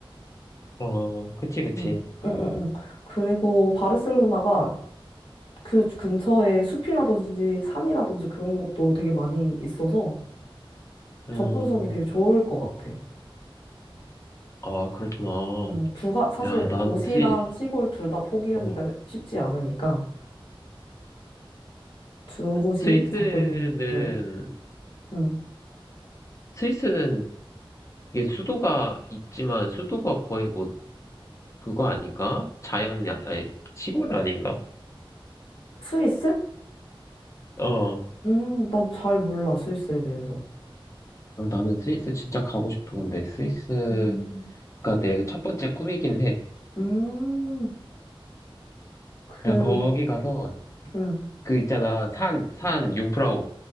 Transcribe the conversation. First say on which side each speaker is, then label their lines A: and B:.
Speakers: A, on the left (about 35°); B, on the left (about 70°).
A: 어, 그치 그치.
B: 응. 응응응. 그리고 바르셀로나가 그 근처에 숲이라든지 산이라든지 그런 것도 되게 많이 있어서 접근성이
A: 음,
B: 되게 좋을 것 같아.
A: 아 그렇구나.
B: 음, 두가, 사실
A: 야, 난
B: 도시랑
A: 스위,
B: 시골 둘 다 포기하기가
A: 어,
B: 쉽지 않으니까 두 곳이
A: 스위스는
B: 접근성. 네. 음.
A: 스위스는 이게 수도가 있지만 수도가 거의 뭐 그거 아닌가? 자연이 아- 아니 시골 아닌가?
B: 스위스?
A: 어,
B: 음, 난 잘 몰라, 스위스에 대해서.
A: 아, 나는 스위스 진짜 가고 싶어. 근데 스위스가
B: 음.
A: 내 첫 번째 꿈이긴 해.
B: 음, 그,
A: 야, 거기 가서
B: 음,
A: 그 있잖아 산 산
B: 음,
A: 융프라우